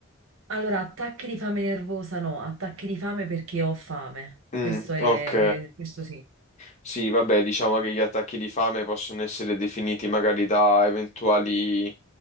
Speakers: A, on the right; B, on the left.
A: Allora, attacchi di fame nervosa no, attacchi di fame perché ho fame.
B: Mm,
A: Questo è,
B: ok.
A: è- questo sì.
B: Sì, vabbè, diciamo che gli attacchi di fame possono essere definiti magari da eventuali, eh,